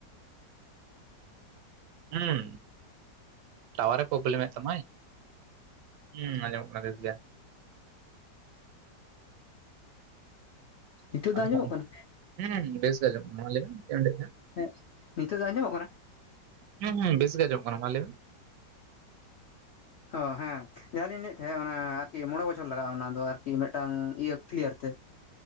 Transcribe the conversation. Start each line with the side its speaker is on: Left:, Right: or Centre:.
Right: ᱦᱩᱸ ᱴᱟᱣᱟᱨᱮ ᱯᱨᱚᱵᱞᱮᱢ ᱮᱫ ᱛᱟᱢᱟᱭ ᱦᱩᱸ ᱟᱸᱡᱚᱢᱚᱜ ᱠᱟᱱᱟ ᱵᱮᱥ ᱜᱮ,
Left: ᱱᱤᱛᱚᱜ
Right: ᱟᱫᱚ
Left: ᱫᱚ ᱟᱸᱡᱚᱢᱚᱜ
Right: ᱦᱩᱸ
Left: ᱠᱟᱱᱟ
Right: ᱵᱮᱥ ᱱᱤᱛᱚᱜ ᱟᱡᱚᱢᱚᱜ ᱠᱟᱱᱟ ᱢᱟ ᱞᱟᱹᱭ ᱢᱮ ᱪᱮᱫ ᱮᱢ ᱞᱟᱹᱭ ᱮᱫ ᱛᱟᱦᱮᱸᱫ,
Left: ᱦᱮᱸ ᱱᱤᱛᱚᱜ ᱫᱚ ᱟᱸᱡᱚᱢᱚᱜ ᱠᱟᱱᱟ
Right: ᱦᱩᱸ ᱦᱩᱸ ᱵᱮᱥ ᱜᱮ ᱟᱡᱚᱢᱚᱜ ᱠᱟᱱᱟ ᱢᱟ ᱞᱟᱹᱭ ᱢᱮ
Left: ᱦᱚ ᱦᱮᱸ ᱡᱟᱦᱟᱸ ᱞᱤᱧ ᱞᱟᱹᱭᱮᱫ ᱛᱟᱦᱮᱸᱫ ᱚᱱᱟ ᱟᱨᱠᱤ ᱢᱚᱬᱮ ᱵᱚᱪᱷᱚᱨ ᱞᱟᱜᱟᱜᱼᱟ ᱚᱱᱟ ᱫᱚ ᱟᱨᱠᱤ ᱢᱤᱫᱴᱟᱝ ᱤᱭᱟᱹ ᱠᱞᱤᱭᱟᱨ ᱛᱮ᱾